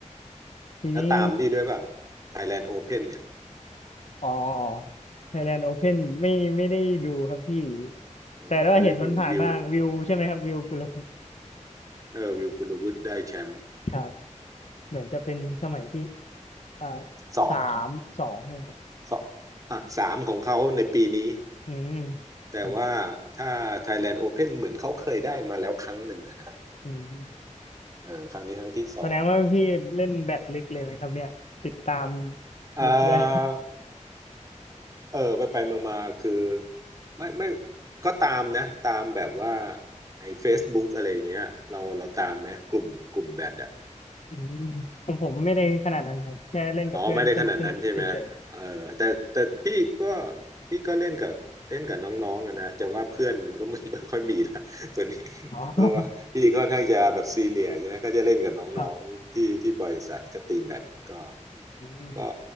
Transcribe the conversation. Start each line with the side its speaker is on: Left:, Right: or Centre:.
Left: ๆทีนี้
Right: แล้วตามนี่ด้วยเปล่า Thailand Open เพ่นเนี่ย
Left: อ๋อ Thailand Open ไม่ไม่ได้ดูครับพี่
Right: ้ไม่ได้ดูวิว
Left: แต่ว่าเห็นมันผ่านๆบ้างวิวใช่ไหมครับวิวกุลวุฒิ
Right: เออวิวกุลวุฒิได้แชมป์
Left: ครับเหมือนจะเป็นสมัยที่
Right: อืม
Left: อ่า
Right: สอง
Left: สามสองใช่ไหม
Right: สองอ่ะสามของเขาในปีนี้
Left: อืม
Right: แต่ว่าถ้า
Left: ครับ
Right: Thailand Open เหมือนเขาเคยได้มาแล้วครั้งหนึ่งอะนะ
Left: อืม
Right: เออครั้งนี้ครั้งที่สอง
Left: แสดงว่าพี่เล่นแบดลึกเลยไหมครับเนี่ยติดตาม
Right: เอา
Left: ลึกด้วย
Right: เออไปไปมามาๆคือไม่ไม่ก็ตามนะตามแบบว่าใน Facebook อะไรอย่างเงี้ยเราเราตามไหมกลุ่มกลุ่มแบดอะ
Left: อืมผมผมไม่ได้ขนาดนั้นครับแค่เล่นกับเพื่อนสนุกสนุกเฉย
Right: อ๋อไม่ได้ขนาดนั้นใช่ไหมเออแต่แต่พี่ก็พี่ก็เล่นกับเล่นกับน้องๆอะนะจะว่าเพื่อนมันก็ไม่ไม่ค่อยมีละ <laughs> ส่วนนี้
Left: ๆอ๋อ
Right: ก็
Left: <laughs>
Right: พี่ค่อนข้างจะแบบซีเนียร์ใช่ไหมก็จะเล่นกับน้องๆที่ที่บริษัทก็ตีแบดก็
Left: ครับ <laughs> อืม
Right: ก็